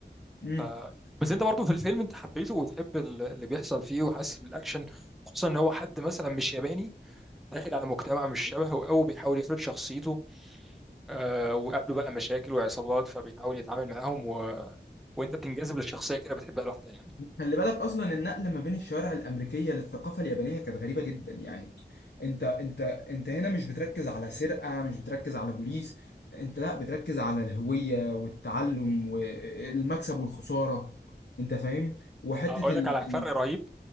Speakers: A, on the left (about 70°); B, in the centre.
A: يعني
B: ف... بس انت برضو في الفيلم انت حبيته وتحب ال- اللي بيحصل فيه وحاسس بالاكشن خصوصا ان هو حد مثلا مش ياباني داخل على مجتمع مش شبهه أوي بيحاول يفرض شخصيته آه وقابله بقى مشاكل وعصابات فبيحاول يتعامل معاهم و... وانت بتنجذب للشخصيه كده بتحبها لوحدها يعني
A: خلي بالك اصلا النقله ما بين الشوارع الامريكيه للثقافه اليابانيه كانت غريبه جدا يعني انت انت انت هنا مش بتركز على سرقه مش بتركز على بوليس انت لا بتركز على الهويه والتعلم والمكسب والخساره انت فاهم وحته
B: اقول
A: ال...
B: لك على فرق
A: ال-
B: رهيب